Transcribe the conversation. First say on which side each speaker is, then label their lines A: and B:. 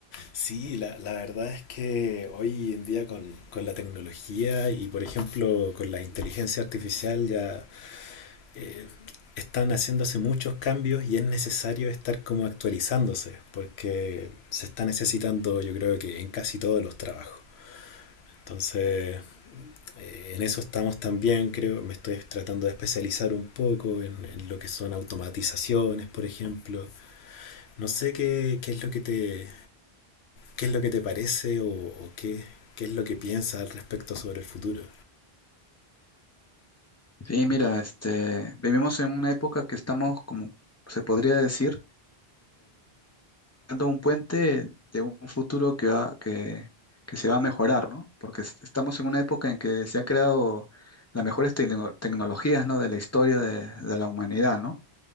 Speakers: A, on the left; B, on the left.
A: Sí, la, la verdad es que hoy en día con, con la tecnología y por ejemplo con la inteligencia artificial ya eh, están haciéndose muchos cambios y es necesario estar como actualizándose, porque se está necesitando yo creo que en casi todos los trabajos. Entonces, eh, en eso estamos también, creo, me estoy tratando de especializar un poco en, en lo que son automatizaciones, por ejemplo. No sé qué, qué es lo que te, qué es lo que te parece o, o qué, qué es lo que piensas al respecto sobre el futuro.
B: Sí, mira, este, vivimos en una época que estamos, como se podría decir, creando un puente de un futuro que va, que, que se va a mejorar, ¿no? Porque es- estamos en una época en que se ha creado las mejores tecno- tecnologías, ¿no? De la historia de, de la humanidad, ¿no?